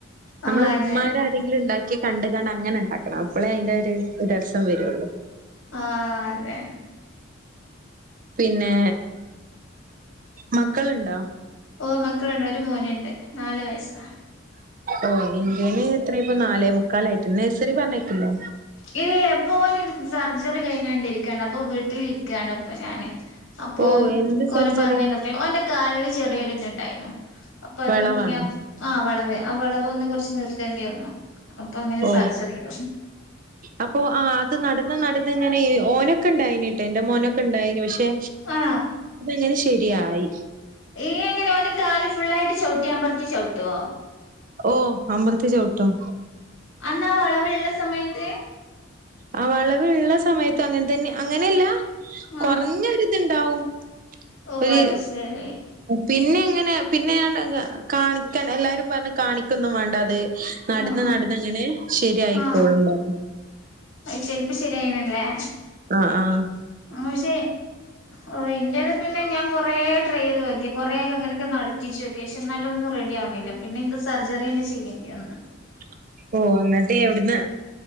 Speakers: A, on the left; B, on the right.
A: ആഹ്
B: നമ്മളെ
A: അതെ
B: മ്മാര് ആരെങ്കിലും എന്തെങ്കിലും ഉണ്ടാക്കി കണ്ട്ങ്ങാട് അങ്ങനെ ഉണ്ടാക്കണം അപ്പോളെ അയിന്റെ ഒരു രസം വരുള്ളൂ
A: ആഹ് അതെന്നെ
B: പിന്നെ മക്കളുണ്ടോ
A: ഓ മക്കളുണ്ട് ഒരു മോനുണ്ട് നാല് വയസ്സാ
B: ഓ ഇന്റന് ഇത്രയിപ്പോ നാലേ മുക്കാലായിട്ട് നഴ്സരി പറഞ്ഞേക്കില്ലേ
A: ഇല്ല പോന് സർജറി കഴിഞ്ഞു കൊണ്ടിരിക്കയാണ് അപ്പൊ വീട്ടിൽ ക്കാണ് ഇപ്പൊ ഞാന് അപ്പൊ
B: ഓ എന്ത്
A: ഇന്ക്
B: സർജറിയാ?
A: പറഞ്ഞയ്ക്ക ഓന്റെ കാലിന് ചെറിയൊരു ഇതുണ്ടായിരുന്നു അപ്പൊ അത്
B: വളവാണ്
A: പി ഞാ ആ വളവേ ആ വളവ ഒന്ന് കുറച്ച് നിർത്തേണ്ടിായിന്നു അപ്പൊ അങ്ങനെ
B: ഓ
A: സർജറിചെയ്തു
B: അപ്പൊ ആഹ് അത് നട ത്ങ്ങനെ ഓനൊക്കെ ഉണ്ടായി കേട്ടോ എ്റെ മോനൊക്കെ ഉണ്ടായി പക്ഷെ
A: ആണോ
B: നനെ ശരിയായി
A: ഈ എങ്ങനെയെഓന്റെ കാല് ഫുൾ ആയിട്ട് ചവിട്ടിയാൻ പററ്റത്തി ചവിട്ടുവോ
B: ഓ അമൃത്തി ചവിട്ടും
A: അന്നാ ആ വളവ് ഇള സമയത്ത്
B: ആ വളവ ഉള്ള സമയത്ത് അങ്ങനെ തന്നെ അങ്ങനെയല്ല
A: ആ
B: കുറഞ്ഞൊരി ഇത്ണ്ടാവും
A: ഓ
B: ഒരു
A: അത് ശരി
B: പിന്നെ ഇങ്ങനെ പിന്നെ ഞാൻ കാണിക്കാൻ എല്ലാരും പറഞ്ഞ കാണിക്കൊന്നും വേണ്ട അത് നടന്ന്
A: ആ ആ
B: നടന്ന് അങ്ങനെ ശരിയായിക്കോളും
A: ആ
B: പറഞ്ഞ്
A: അത് ചെലിപ്പ ശരിയായിനല്ലേ
B: ആഹ ആഹ
A: ആ പക്ഷേ ഓ എന്തത് പിന്നെ ഞാൻ കൊറേ ട്രൈ ചെയ്ത് നോക്കി കുറെ ഒക്കെ അങ്ങനൊക്ക നടത്തിച്ച് നോക്കി പക്ഷെ എന്നാലും ഒന്നും റെഡി ആവണില്ല പിന്നെ എക്ക് സർജറി തന്നെ ചെയ്യേണ്ടി വന്ന്
B: !!!!!!!!! <inaudible> ഓ എന്നിട്ട് എവിടന്ന്